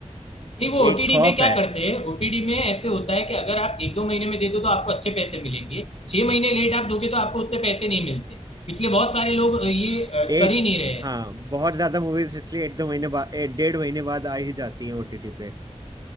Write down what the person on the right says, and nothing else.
एक खौफ
है
एक
हाँ बहुत ज्यादा मूवीज इसलिए एक दो महीने बाद एक डेढ़ महीने बाद आ ही जाती हैं ओटीटी पे